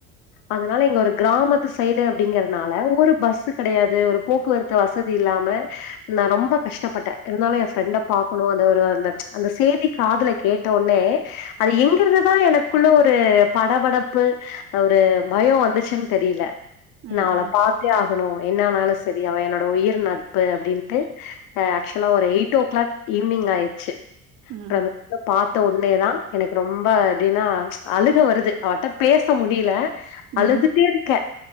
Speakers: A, on the left; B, on the right.
A: அதனால இங்க ஒரு கிராமத்து சைடு அப்டிங்கறனால ஒரு பஸ்ஸு கெடையாது ஒரு போக்குவரத்து வசதி இல்லாம நா ரொம்ப கஷ்டப்பட்டே இருந்தாலு எ ஃப்ரெண்ட பாகக்கணு அந்த ஒரு அந்த அந்த செய்தி காதுல கேட்ட உட்னே அது எங்கிருந்துதா எனக்குள்ள ஒரு படபடப்பு ஒரு பயோ வந்துச்சுன்னு தெரியில
B: ம்
A: நா அவள பாத் தே ஆகணு என்னா ஆனாலு சேரி அவ என்னோட உயிர் நட்பு அப்டின்ட்டு ஆக்சுவலா ஒரு எயிட் ஓ கிளாக் ஈவி்னிங் ஆயிடுச்சு
B: ம்
A: அப்ற பாத்த உட்னேதா எனக்கு ரொம்ப எப்டின்னா அழுக வருது அவட்ட பேச முடியில அழுதுட்டே
B: ம்
A: இருக்கே